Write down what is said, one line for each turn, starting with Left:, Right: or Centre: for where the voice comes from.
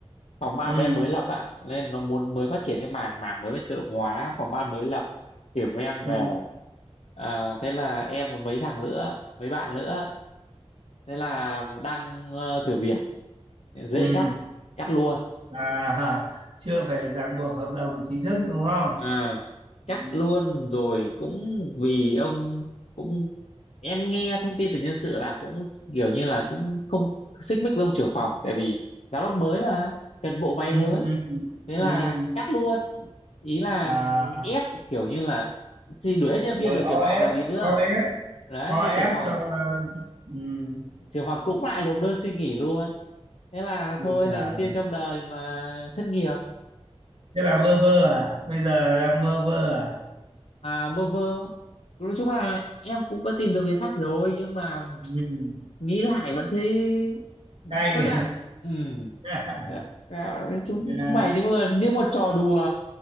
Left: phòng ban
Right: ừ,
Left: của em mới lập ạ nên nó muốn mới phát triển cái mảng mảng mới bên tự động hóa phòng ban mới lập tuyển của em về
Right: ừ,
Left: à, thế là em và mấy thằng nữa mấy bạn nữa thế là đang ờ, thử việc dễ
Right: ừ.
Left: cắt cắt luôn
Right: à, chưa phải ràng buộc hợp đồng chính thức đúng không
Left: à cắt
Right: ừ,
Left: luôn rồi cũng vì ông cũng em nghe thông tin từ nhân sự là cũng kiểu như là cũng không xích mích với ông trưởng phòng tại vì giám đốc mới mà cần bộ máy
Right: ừ,
Left: mới
Right: ừ, ừ.
Left: thế là
Right: ừ.
Left: cắt luôn ý là
Right: À,
Left: ép kiểu như là thì đuổi hết nhân
Right: rồi
Left: viên rồi
Right: OF
Left: trưởng phòng là gì nữa
Right: OF
Left: đấy
Right: OF
Left: thế trưởng phòng
Right: cho ừ.
Left: trưởng phòng cũng lại nộp đơn xin nghỉ luôn thế là
Right: Ui
Left: thôi
Right: giời
Left: lần đầu tiên trong đời mà thất nghiệp
Right: thế là bơ vơ à bây giờ đang bơ vơ à
Left: à, bơ vơ nói chung là em cũng có tìm được việc khác rồi nhưng mà
Right: ừ.
Left: nghĩ lại vẫn thấy
Right: cay
Left: tức ạ ừ
Right: <laughs>
Left: à, à, chúng
Right: Dạ,
Left: chúng mày nếu mà như một trò đùa